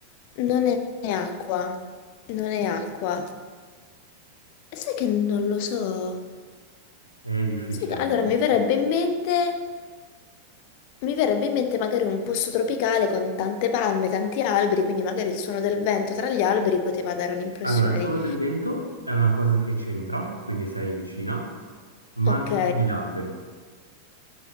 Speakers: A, on the left (about 45°); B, on the left (about 80°).
A: Non è è acqua, non è acqua. Sai che non lo so.
B: È difficile.
A: Sai che... Allora
B: molto
A: mi
B: difficile.
A: verrebbe in mente, mi verrebbe in mente magari un posto tropicale con tante palme, tanti alberi, quindi magari il suono del vento tra gli alberi poteva dare un'impressione
B: Allora, il suono
A: di,
B: del vento è una cosa che c'entra, quindi sei vicina, ma
A: ok,
B: non gli alberi.